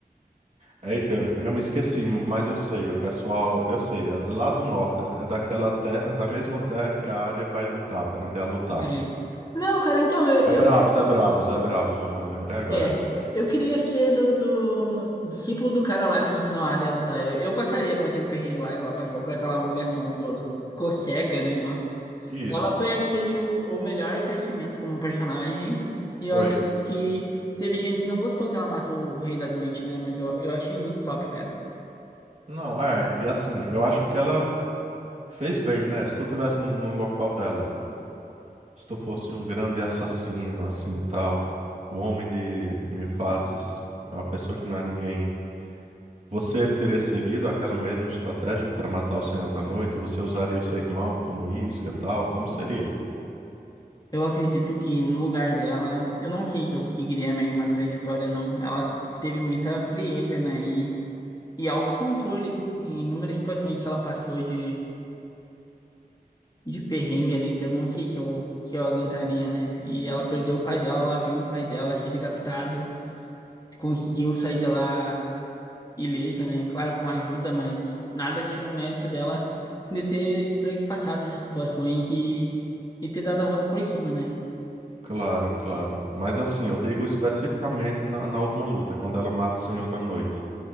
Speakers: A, on the right (about 45°); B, on the left (about 25°).
A: Eita, eu me esqueci, mas eu sei, o pessoal, eu sei, é é lá do norte, é da- é daquela terra, da mesma terra que a área vai lutar, aprender a lutar.
B: É. Não, cara, então, eu,
A: É Bravos,
B: eu,
A: é Bravos, é Bravos o nome, lembrei agora.
B: é, eu eu queria ser do, do discípulo do cara lá que ensinou a área a lutar. Eu, eu passaria por aquele perrengue lá que ela passou, por aquela humilhação toda. Ficou cega, né? Nossa.
A: Isso,
B: Ela foi a que teve o, o melhor crescimento como personagem. E
A: foi.
B: eu acredito que teve gente que não gostou que ela matou o Rei da Noite, né? Mas eu, eu achei muito top, cara.
A: Não, é, e assim, eu acho que ela fez bem, né? Se tu tivesse no, no local dela, Se tu fosse um grande assassino, assim e tal, um homem de, de mil faces, uma pessoa que não é ninguém, você teria seguido aquela mesma estratégia para matar o Senhor da Noite? Você usaria o seu irmão como isca, tal? Como seria?
B: Eu acredito que no lugar dela, eu não sei se eu seguiria a mesma trajetória, não. Ela teve muita frieza, né? E. E autocontrole. Em inúmeras situações que ela passou de, de perrengue ali, que eu não sei se eu, se eu aguentaria, né? E ela perdeu o pai dela, ela viu o pai dela ser decapitado, conseguiu sair de lá ilesa, né? Claro, com ajuda, mas nada tira o mérito dela de ter transpassado essas situações e, e ter dado a volta por cima, né?
A: Claro, claro. Mas assim, eu digo especificamente na, na última luta, quando ela mata o Senhor da Noite,